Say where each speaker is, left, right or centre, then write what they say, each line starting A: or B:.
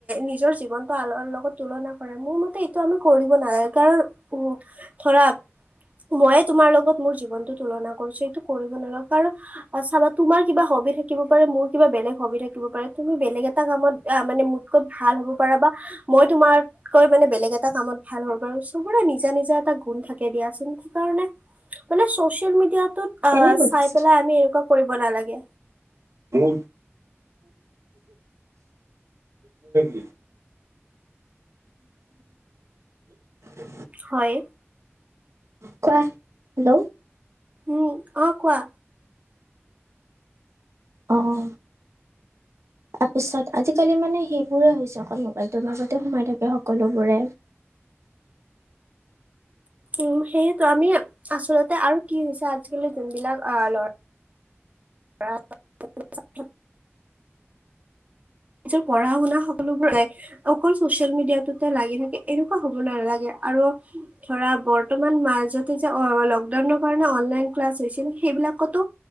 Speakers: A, on the right; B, on the right.
A: নিজৰ জীৱন। নটোৰ লগত তুলনা কৰে মোৰ মতে এইটো আমি কৰিব নালাগে কাৰণ উম ধৰা। ময়ে তোমাৰ লগত মোৰ জীৱনতো তুলনা কৰিছো এইটো কৰিব নালাগে কাৰণ চাবা। তোমাৰ কিবা হবি থাকিব পাৰে, মোৰ কিবা বেলেগ হবি থাকিব পাৰে, তুমি বেলেগ এটা কামত মানে মোতকে ভাল হ'ব পৰা বা মই তোমাতকৈ মানে বেলেগ এটা কামত ভাল হ'ব পাৰো। চবৰে নিজৰ নিজা নিজা এটা গুণ থাকে দিয়াচোন। সেই কাৰণে মানে চচিয়েল মিডিয়াটোত
B: এনে বুজিছোঁ
A: চাই পেলাই আমি এনেকুৱা কৰিব নালাগে।
B: অ <unintelligible> <inaudible> <inaudible>
A: হয়।
B: কোৱা হেল্ল'।
A: উম অ কোৱা
B: অহ তাৰপিছত আজিকালি মানে সেইবোৰে হৈছে অকল মোবাইলটোৰ মাজতে সোমাই থাকে সকলোবোৰে। <inaudible>
A: উম সেইয়েতো আমি আচলতে আৰু কি হৈছে আজিকালি যোনবিলাক আহ ল'ৰা <inaudible> নিজৰ পঢ়া-শুনা সকলোবোৰ য অকল ছ'চিয়েল মিডিয়াটোতে লাগি থাকে, এনেকুৱা হ'ব নালাগে। আৰু ধৰা বৰ্তমান মাজতে যে অ লকডাউনৰ কাৰণে অনলাইন ক্লাছ হৈছিল, সেইব সেইবিলাকটো